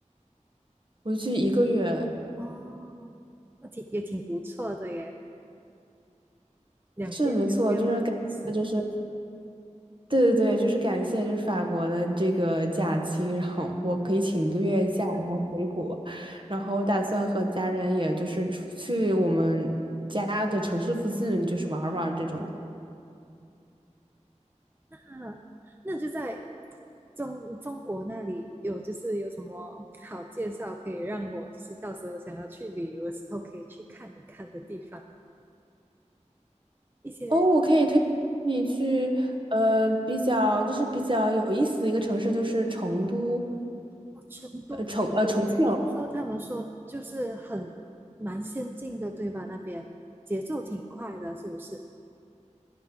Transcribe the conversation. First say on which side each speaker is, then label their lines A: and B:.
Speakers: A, on the right (about 40°); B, on the right (about 15°).
A: 回去一个月，
B: 哦，那挺也挺不错的耶，两边两边跑也行。
A: 是没错，就是感谢，就是对对对，就是感谢就是法国的这个假期，然后我可以请一个月假，然后回国，然后我打算和家人也就是出去我们家的城市附近就是玩儿玩儿这种。
B: 啊，那就在中中国那里有，就是有什么好介绍可以让我就是到时候想要去旅游的时候可以去看一看的地方呢？一些
A: 哦，我可以推荐你去，呃，比较就是比较有意思的一个城市，就是成都，
B: 哦，成都，
A: 呃，重呃重庆。
B: 我听说他们说就是很蛮先进的，对吧？那边节奏挺快的，是不是？